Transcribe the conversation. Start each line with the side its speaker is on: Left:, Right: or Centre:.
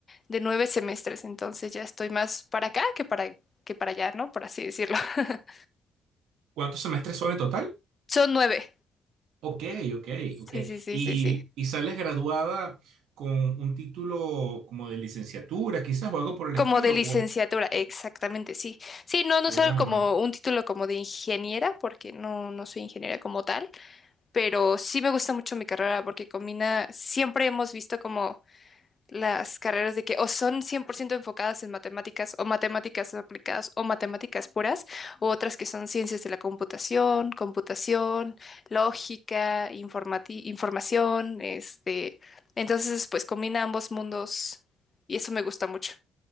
Left: de nueve semestres, entonces ya estoy más para acá que para, que para allá, ¿no? Por así decirlo. <laughs>
Right: ¿Cuántos semestres son en total?
Left: Son nueve.
Right: Ok, ok, ok.
Left: Sí, sí, sí,
Right: ¿Y,
Left: sí, sí.
Right: y sales graduada con un título como de licenciatura, quizás, o algo por el
Left: Como
Right: estilo?
Left: de licenciatura,
Right: O,
Left: exactamente, sí. Sí, no,
Right: qué
Left: no soy
Right: bueno.
Left: como un título como de ingeniera, porque no, no soy ingeniera como tal, pero sí me gusta mucho mi carrera porque combina, siempre hemos visto como las carreras de que o son 100% enfocadas en matemáticas o matemáticas aplicadas o matemáticas puras, o otras que son ciencias de la computación, computación, lógica, informati- información, este, entonces pues combina ambos mundos y eso me gusta mucho.